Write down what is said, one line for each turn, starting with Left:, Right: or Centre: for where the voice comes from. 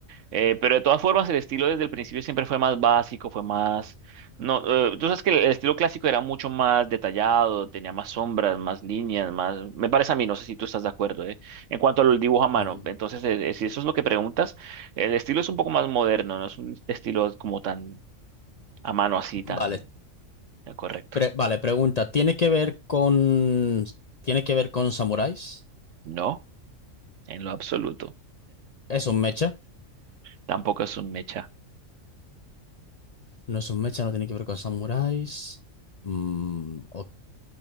Right: Eh, pero de todas formas el estilo desde el principio siempre fue más básico, fue más... No, eh, tú sabes que el el estilo clásico era mucho más detallado, tenía más sombras, más líneas, más... Me parece a mí, no sé si tú estás de acuerdo, ¿eh? En cuanto al dibujo a mano,
Left: Ujú.
Right: entonces eh, eh, si eso es lo que preguntas, el estilo es un poco más moderno, no es un estilo como tan a mano así tan
Left: Vale,
Right: eh, correcto.
Left: pre- vale, pregunta. ¿Tiene que ver con... ¿Tiene que ver con samuráis?
Right: No, en lo absoluto.
Left: ¿Es un mecha?
Right: Tampoco es un mecha.
Left: No es un mecha, no tiene que ver con samuráis. Mm, ok.